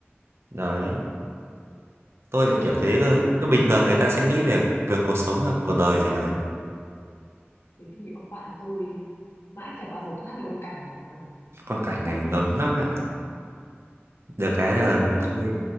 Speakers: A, on the right; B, on the left.
A: đấy tôi lại kiểu thế cơ
B: thế thì
A: chứ bình thường người ta sẽ nghĩ về về cuộc sống hoặc cuộc đời gì đấy
B: thế thì ông bạn tôi mãi chả bao giờ thoát được con cảnh rồi
A: con cảnh này ngấm lắm ạ được cái là
B: được
A: thôi